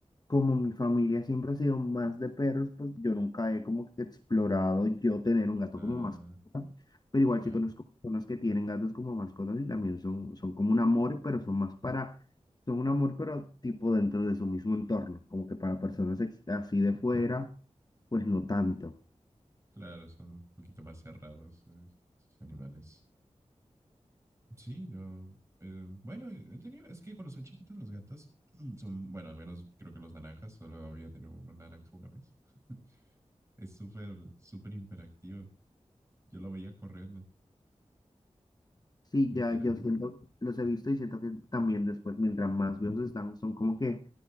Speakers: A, on the left; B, on the right.
A: como mi familia siempre ha sido más de perros, pues yo nunca he como que explorado yo tener un gato
B: Ah,
A: como mascota, pero igual
B: claro.
A: sí conozco personas que tienen gatos como mascotas y también son, son como un amor, pero son más para, son un amor, pero tipo dentro de su mismo entorno, como que para personas ex- así de fuera, pues no tanto.
B: Claro, son un poquito más cerrados eh, esos animales. Sí, yo, eh, bueno, he tenido, es que cuando son chiquitos los gatos <clears throat> son, bueno, al menos creo que los naranjas, solo había tenido un naranja una vez. <laughs> Es súper, súper imperactivo. Yo lo veía corriendo,
A: Sí,
B: literal.
A: ya yo siento, los he visto y siento que también después, mientras más viejos están, son como que,